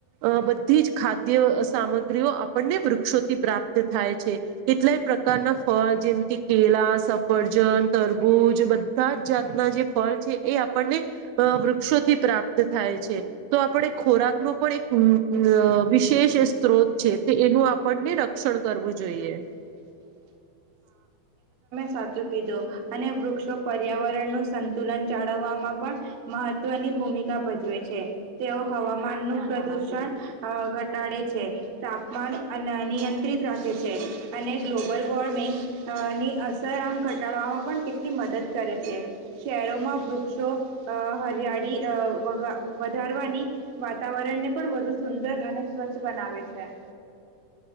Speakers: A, on the right; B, on the right.
A: અ બધી જ ખાદ્ય સામગ્રીઓ અપ આપણને વૃક્ષોથી પ્રાપ્ત થાય છે. કેટલાય પ્રકારના ફળ જેમ કે કેલા, સફ ફરજન, તરબૂજ બધા જ જાતના જે ફલ છે એ આપણને અ વૃક્ષોથી પ્રા પ્રાપ્ત થાય છે. તો આપણે ખોરાકનો પણ એક અ વિશેષ સ્ત્રોત છે. તો એનું આપણને રક્ષણ કરવું જોઈએ.
B: હ સાચું કીધું. અને વૃક્ષો પર્યાવરણનું સંતુલન જાળવવામાં પણ મહત્વની ભૂમિકા ભજવે છે. તેઓ હવામાનનું પ્રદુષણ અ ઘટાડે છે. તાપ તાપમાન અન નિયંત્રિત રાખે છે, અને ગ્લોબલ વોર્મ મી અ ની અસર આમ ઘટાડવામાં પણ કેટલી મદદ કરે છે. શહેરોમાં વૃ ક્ષો અ હરિયાળી અ વઘાર વધારવાની વાતાવરણને પણ વધુ સુંદર ર અને સ્વચ્છ બનાવે છે.